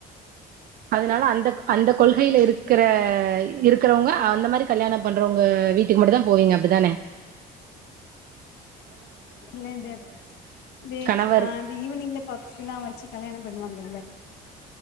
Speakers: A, on the right; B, on the left.
A: அதனால அந் <unintelligible> அந்த கொள்கைல இருக்கற இருக்குறவங்க அந்த மாரி கல்யாணம் பண்றவங்க வீட் இதுக்கு மட்டும் தான் போவீங்க அப்படிதானே
B: இல்ல இந்த தே
A: கணவர்
B: அ இது ஈவினிங்ல <unintelligible> வச்சு கல்யாணம் பண்ணுவாங்க